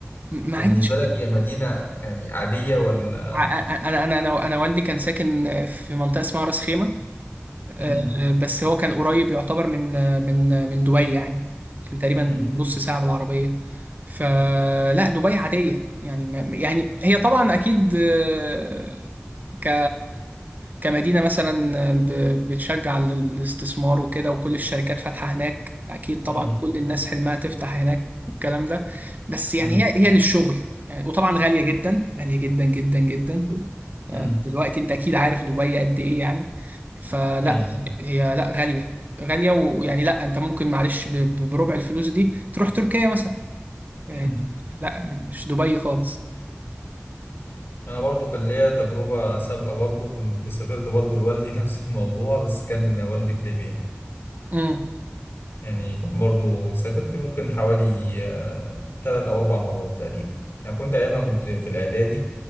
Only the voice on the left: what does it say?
فبالنسبه
لك هي مدينه يعني عاديه ولا
امم
امم
امم
امم
امم
ايوه
امم
انا برضو كان ليا تجربه سابقه برضو كنت سافرت برضو لوالدي <laughs> نفس الموضوع بس كان والدي في ليبيا
يعني كان برضو سافرت ممكن حوالي آه، تلات او اربع مرات تقريبا يعني كنت ايامها كنت في الاعدادي